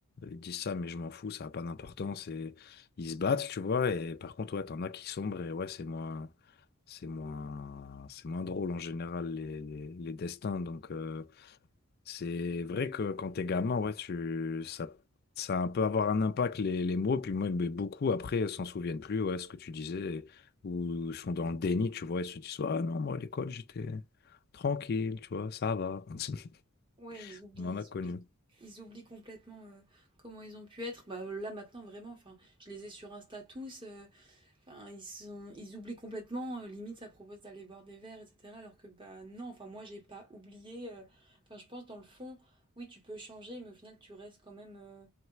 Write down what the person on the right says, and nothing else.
Ouais, ils oublient,
ils
oublient, ils oublient complètement euh, comment ils ont pu être. Bah, là maintenant vraiment, enfin, je les ai sur Insta tous. euh, Enfin, ils sont, ils oublient complètement. euh, limite, ça propose d'aller boire des verres, etc. Alors que bah non. Enfin, moi, j'ai pas oublié. euh, Enfin, je pense dans le fond, oui, tu peux changer, mais au final, tu restes quand même, euh,